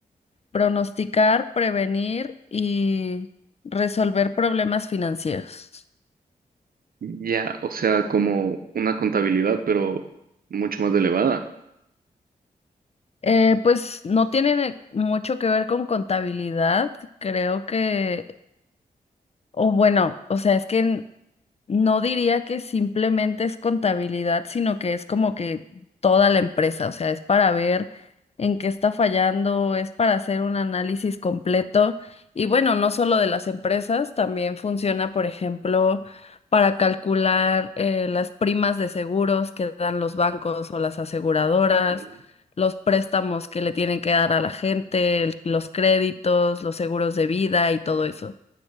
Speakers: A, on the left (about 40°); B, on the right (about 65°).
A: pronosticar, prevenir y resolver problemas financieros.
B: Ya, o sea, como una contabilidad, pero mucho más elevada.
A: Eh, pues no tiene mucho que ver con contabilidad, creo que, o bueno, o sea, es que No diría que simplemente es contabilidad, sino que es como que toda la empresa, o sea, es para ver en qué está fallando, es para hacer un análisis completo y bueno, no solo de las empresas, también funciona, por ejemplo, para calcular eh, las primas de seguros que dan los bancos o las aseguradoras,
B: Sí.
A: los préstamos que le tienen que dar a la gente, el- los créditos, los seguros de vida y todo eso.